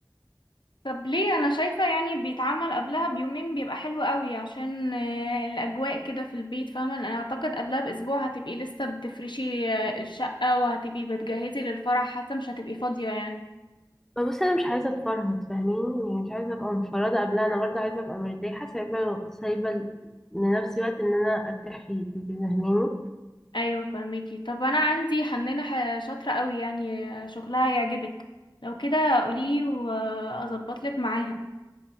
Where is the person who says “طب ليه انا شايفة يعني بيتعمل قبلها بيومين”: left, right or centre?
Left